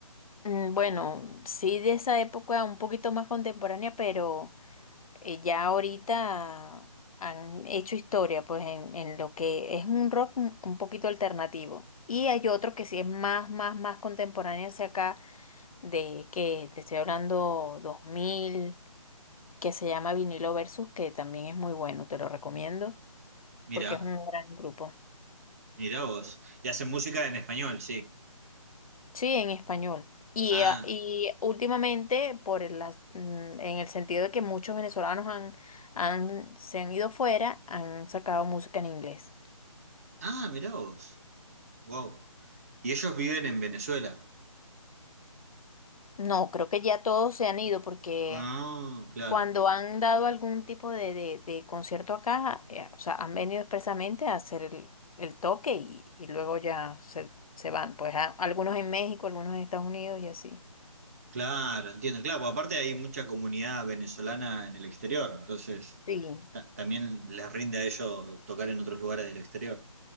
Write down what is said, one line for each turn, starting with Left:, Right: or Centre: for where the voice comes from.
Left: Mm, Bueno, sí de esa época un poquito más contemporánea, pero eh, ya ahorita han hecho historia, pues en, en lo que es un rock un un poquito alternativo. Y hay otro que sí es más, más, más contemporáneo hacia acá, de que te estoy hablando 2000 que se llama Vinilo Versus, que también es muy bueno, te lo recomiendo,
Right: Mira,
Left: porque es un gran grupo.
Right: mira vos. Y hacen música en español, sí.
Left: Sí, en español. Y,
Right: Ah,
Left: eh, y últimamente, por el, as- mm, en el sentido de que muchos venezolanos han, han, se han ido fuera, han sacado música en inglés.
Right: ah, mira vos. Wow. Y ellos viven en Venezuela.
Left: No, creo que ya todos se han ido porque
Right: Ah, claro,
Left: cuando han dado algún tipo de, de- de concierto acá, eh, o sea, han venido expresamente a hacer el, el toque y, y luego ya se, se van. Pues a- algunos en México, algunos en Estados Unidos y así.
Right: claro, entiendo. Claro, porque aparte hay mucha comunidad venezolana en el exterior, entonces
Left: Sí.
Right: ta- también les rinde a ellos tocar en otros lugares del exterior.